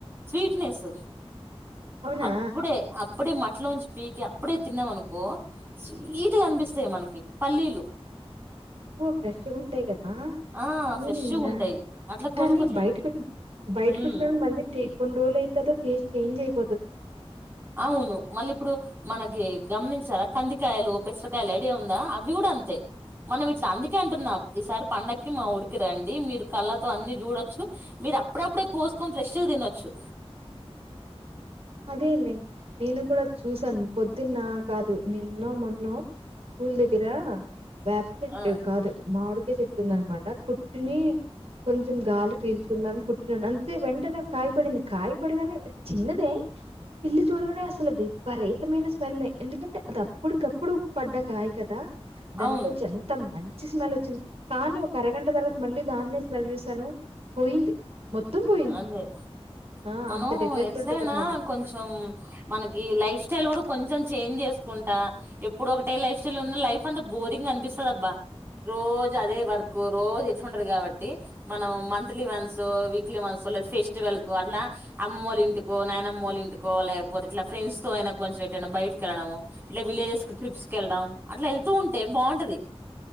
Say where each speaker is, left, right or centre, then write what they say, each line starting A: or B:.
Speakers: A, on the right (about 20°); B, on the right (about 70°).
A: స్వీట్నెస్
B: అవునా
A: అప్పుడే అప్పుడే మ ఇట్లోంచి పీకి అప్పుడే తిన్నాం అనుకో స్వీట్ గనిపిస్తాయి మనకి పల్లీలు.
B: ఊ ఫ్రెష్ ఉంటాయి కదా
A: ఆ ఫ్రెష్గా
B: ఊ హా
A: ఉంటాయి అట్లా కొనుక్కో
B: కానీ బయటక వచ్చ బయటకు
A: ఉమ్
B: వచ్చినడు మళ్ళీ కొన్ని రోజులు అయిన టెస్ట్ చేంజ్ అయిపో
A: అవును మళ్ళీ ఇప్పుడు మనకి గమనించాలా కందికాయలు పెసరకాయలు అఐడి ఉందా అవి కూడా అంతే్ మనం ఇట్లా అందుకే అంటున్నాం ఈసారి పండకి మా ఊరికి రండి మీరు కళ్ళతో అన్ని చూడొచ్చు మీరు అప్పుడప్పుడే కోసుకొని ఫ్రెష్ గా తినొచ్చు
B: అదేలే నేను కూడా చూసాను, పొద్దున్న కాదు, నిన్నో మొన్నో స్కూల్ దగ్గరా బ్యాప్సెట్
A: ఆ
B: కాదు మామిడి మామిడికాయ చెట్టుందనమాట. కూర్చుని కొంచెం గాలి పీల్చకుందాం కుట్టినా అంతే వెంటనే కాయపడింది. కాయపడగానే అది చిన్నదే ఎల్లి చూడగానే అసలు విపరీతమైన స్మెల్లే. ఎందుకంటే అది అప్పుటికప్పుడు పడ్డ కాయ కదా దాంట్లోంచి
A: అవును
B: ఎంత మం మంచి స్మెల్ వచ్చింది, కానీ ఒక అరగంట తర్వాత మళ్ళీ దాన్నే స్మెల్ చూశాను పోయింది. మొత్తం పోయింది,
A: అదే
B: ఆ
A: మనం
B: అంత డిఫరెన్స్
A: ఎట్లయినా
B: ఉంటదనమాట.
A: కొంచెం మనకి లైఫ్ స్టైల్ కూడా కొంచెం చేంజ్ చేసుకుంటా ఎప్పుడు ఒకటే లైఫ్ స్టైల్ ఉన్న ైఫ్ అంతా బోరింగ్ అనిపిస్తుదబ్ా రోజు అదే వర్క్ రోజు ఎట్ంటది కాబట్టి మనం మంత్లీ వన్స్ వక్ ఇ మనలేదు ఫెస్టివల్ కు అలా అమ్మలు ఇంటికో నానమ్ వాళ్లు ఇంటికో లేకపోతే ఇట్లా ఫ్రెంస్ తో అనా కొంచెం పెట్టడం బయటకి వెలడం ఇట్లా విలేజెస్ కి్రిప్స్ కి వెళ్డం అట్లా వెళ్తూ ఉంటే బాగుంటది